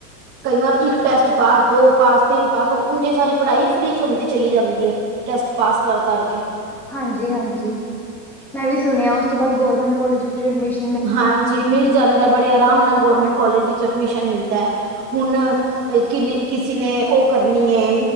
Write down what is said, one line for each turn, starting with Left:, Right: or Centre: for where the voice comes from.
Right: ਕਈ ਵਾਰ ਇੱਕ ਟੈਸਟ ਪਾਸ, ਦੋ ਪਾਸ, ਤਿੰਨ ਪਾਸ ਉੰਝੇ ਸਾਰੀ ਪੜ੍ਹਾਈ ਫ੍ਰੀ 'ਚ ਹੁੰਦੀ ਚਲੀ ਜਾਂਦੀ ਏ। ਟੈਸਟ ਪਾਸ ਕਰ ਕਰ ਕੇ।
Centre: ਹਾਂਜੀ ਹਾਂਜੀ ਮੈਂ ਵੀ ਸੁਣਿਆ ਓਸ ਤੋਂ ਬਾਦ ਗੌਰਮੈਂਟ ਕਾਲਜ ਵਿੱਚ ਵੀ ਐਡਮੀਸ
Right: ਹਾਂਜੀ ਮਿਲ ਜਾਂਦਾ ਬੜੇ ਆਰਾਮ ਨਾਲ ਗੌਰਮੈਂਟ ਕਾਲਜ ਵਿੱਚ ਐਡਮਿਸ਼ਨ ਮਿਲਦਾ। ਹੁਣ ਵਈ ਕਿਨੇ ਕਿਸੀ ਨੇ ਓ ਕਰਨੀ ਏ,